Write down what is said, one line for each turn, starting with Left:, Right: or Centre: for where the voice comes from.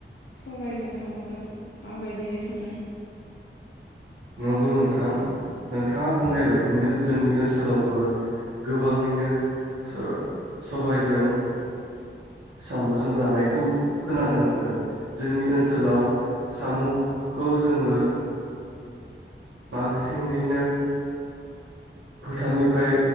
Left: सबायजों साम'जों माबायदिहाय संङो
Right: नोंगौ नोंथां नोंथाङा बुंनाय बायदिनो जोंनि ओनसोलावबो गोबांङैनो स-सबायजों साम'जों जानायखौ खोनानो मोनो जोंनि ओनसोलाव साम'खौ जोङो बांसिनैनो फोथारनिफ्राय